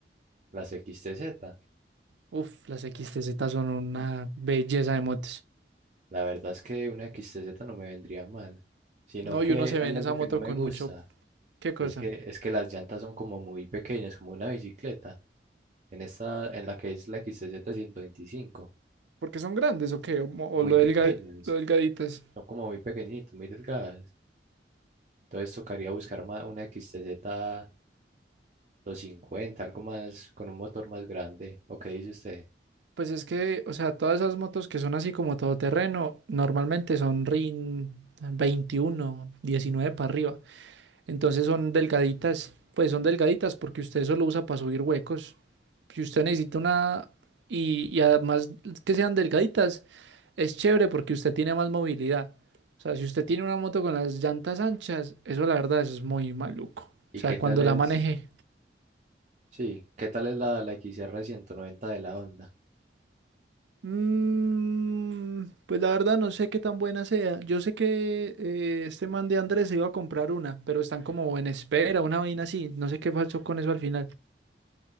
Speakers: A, on the right; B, on the right.
A: las XTZ.
B: Uf, las XTZ son una belleza de motos.
A: La verdad es que una XTZ no me vendría mal, sino
B: No,
A: que
B: y uno se
A: hay
B: ve en
A: algo
B: esa
A: que
B: moto
A: no me
B: con
A: gusta.
B: mucho... ¿Qué cosa?
A: Es que, es que las llantas son como muy pequeñas, como una bicicleta, en esta, en la que es la X T Z 125
B: ¿Porque son grandes o qué? ¿O, mo- o
A: muy
B: lo
A: pequeñas,
B: delga- lo delgaditas?
A: son como muy pequeñitas, muy delgadas. Entonces tocaría buscar ma- una XTZ cincuenta algo más, con un motor más grande, ¿o qué dice usted?
B: Pues es que, o sea, todas esas motos que son así como todoterreno, normalmente son RIN 21, 19 para arriba. Entonces son delgaditas, pues son delgaditas porque usted solo usa para subir huecos. Si usted necesita una, y, y además que sean delgaditas, es chévere porque usted tiene más movilidad. O sea, si usted tiene una moto con las llantas anchas, eso la verdad eso es muy maluco.
A: ¿Y
B: O sea,
A: qué tal
B: cuando
A: es,
B: la maneje.
A: sí, qué tal es la, la XR noventa de la Honda?
B: Mm, pues la verdad no sé qué tan buena sea. Yo sé que eh, este man de Andrés se iba a comprar una, pero están como en espera, una vaina así. No sé qué pasó con eso al final.